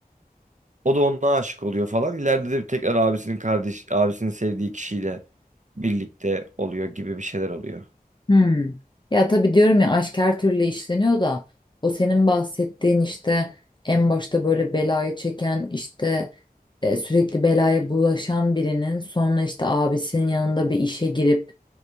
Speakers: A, on the right (about 50°); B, on the left (about 30°).
A: O da ona aşık oluyor falan. İleride de tekrar abisinin kardeş abisinin sevdiği kişiyle birlikte oluyor gibi bir şeyler oluyor.
B: Hmm. Ya tabii diyorum ya aşk her türlü işleniyor da o senin bahsettiğin işte en başta böyle belayı çeken işte e, sürekli belaya bulaşan birinin sonra işte abisinin yanında bir işe girip